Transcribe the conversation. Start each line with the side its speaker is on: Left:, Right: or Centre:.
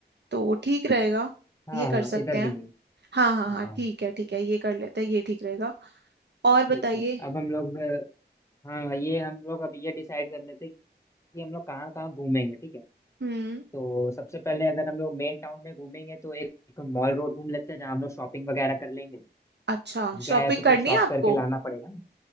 Right: तो वो ठीक रहेगा
Left: हाँ
Right: ये कर
Left: हाँ
Right: सकते
Left: इधर
Right: हैं
Left: भी नहीं
Right: हाँ हाँ
Left: हाँ
Right: हाँ ठीक है ठीक है ये कर लेते हैं ये ठीक रहेगा और
Left: ठीक
Right: बताइए
Left: है अब हम लोग हाँ ये हम लोग अब ये डिसाइड कर लेते हैं कि हम लोग कहाँ कहाँ घूमेंगे ठीक है
Right: हम्म
Left: तो सबसे पहले अगर हम लोग मेन टाउन में घूमेंगे तो एक, एक मॉल रोड घूम लेते हैं जहाँ हम लोग शॉपिंग वगैरह कर लेंगे
Right: अच्छा
Left: अब गए
Right: शॉपिंग
Left: हैं तो
Right: करनी
Left: कुछ शॉप
Right: है आपको
Left: करके लाना पड़ेगा ना